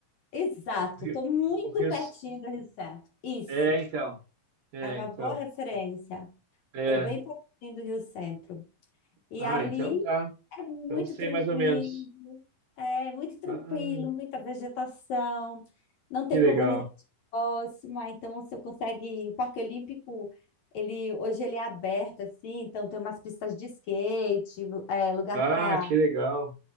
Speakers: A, on the left; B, on the right.
A: Exato,
B: O Rio,
A: estou muito
B: o Rio,
A: pertinho do Rio Centro. Isso,
B: é, então, é,
A: é uma
B: então,
A: boa referência.
B: é.
A: Estou bem pertinho do Rio Centro. E
B: Ah,
A: ali
B: então tá,
A: é muito
B: então sei
A: tranquilo.
B: mais ou menos.
A: É muito tranquilo,
B: Ah,
A: muita vegetação, não tem
B: que
A: comunidade
B: legal.
A: próxima, então você consegue. O Parque Olímpico, ele hoje ele é aberto assim, então tem umas pistas de skate, lu- é, lugar
B: Ah,
A: para
B: que legal.